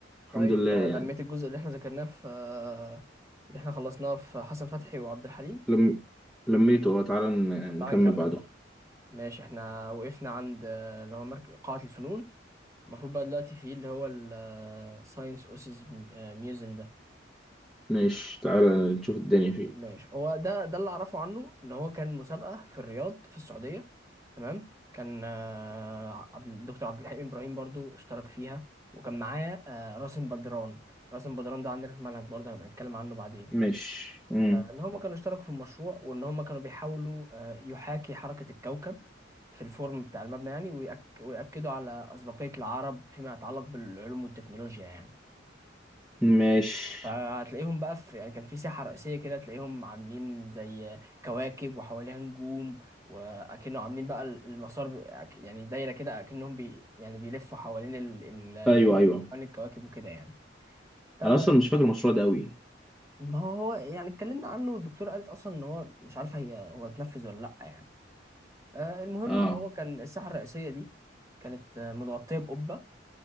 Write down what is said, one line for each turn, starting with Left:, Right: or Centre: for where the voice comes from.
Centre: الحمد
Right: طيب
Centre: لله
Right: آه،
Centre: يعني
Right: لميت الجزء اللي إحنا ذاكرناه في آه، اللي إحنا خلصناه في حسن فتحي وعبد الحليم؟
Centre: لم لميته هو تعالى ن-
Right: طب تعالى
Centre: نكمل
Right: نكمل
Centre: بعده
Right: بقى ماشي إحنا وقفنا عند آه، اللي هو مركز قاعة الفنون المفروض بقى دلوقتي في ايه اللي هو الساينس اوسيس ميوزيوم ده
Centre: ماشي تعالى نشوف الدنيا فيه
Right: ماشي هو ده ده اللي اعرفه عنه ان هو كان مسابقه في الرياض في السعوديه تمام كان آه، عبد- الدكتور عبد الحليم ابراهيم برضو اشترك فيها وكان معاه آه، راسم بدران راسم بدران ده عندنا في المنهج برضه هنبقى نتكلم عنه بعدين
Centre: ماشي مم.
Right: آه، ان هما كانوا اشتركوا في المشروع وان هما كانوا بيحاولوا آه، يحاكي حركه الكوكب في الفورم بتاع المبنى يعني ويأك... ويأكدوا على أسبقية العرب فيما يتعلق بالعلوم والتكنولوجيا يعني
Centre: ماشي
Right: فهتلاقيهم بقى في يعني كان في ساحة رئيسية كده تلاقيهم عاملين زي كواكب وحواليها نجوم وأكنه عاملين بقى المسار ب- يعني دايرة كده أكنهم بي يعني بيلفوا حوالين ال- ال- النجوم
Centre: ايوه ايوه
Right: حوالين الكواكب وكده يعني آه،
Centre: انا اصلا مش فاكر المشروع ده قوي
Right: ما هو هو يعني اتكلمنا عنه والدكتورة قالت أصلا إن هو مش عارفة هي هو اتنفذ ولا لأ يعني آه، المهم
Centre: اه
Right: إن هو كان الساحة الرئيسية دي كانت آه، متغطية بقبة